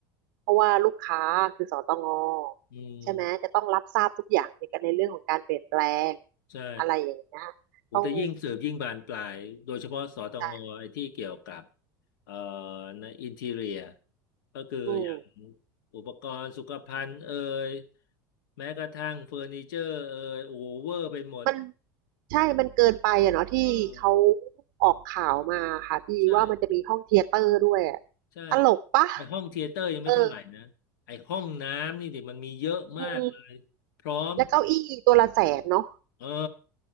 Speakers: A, on the right; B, on the left.
A: เพราะว่าลูกค้าคือสตง
B: อืม
A: ใช่ไหมจะต้องรับทราบทุกอย่างในการในเรื่องของการเปลี่ยนแปลง
B: ใช่
A: อะไรอย่างเงี้ย
B: โอ้แต่ยิ่งสืบยิ่งบานปลายโดยเฉพาะสตงไอ้ที่เกี่ยวกับ
A: ต้องใช่
B: เอ่อในอินทีเรียก็คืออย่าง
A: อืม
B: อุปกรณ์สุขภัณฑ์เอ่ยแม้กระทั่งเฟอร์นิเจอร์เอ่ยโอเวอร์ไปหมด
A: มันใช่มันเกินไปอะเนาะที่เขา
B: เออ
A: ออกข่าวมาค่ะพี่ว่ามันจะมีห้องเธียเตอร์ด้วยอะ
B: ใช่ใช่
A: ตลกปะ
B: ไอห้องเธียเตอร์ยังไม่เท่าไหร่นะไอห้องน้ำนี่ดิมันมีเยอะมากเลยพร้อม
A: เออ อืมแล้วเก้าอี้ตัวละแสนเนาะ
B: เออ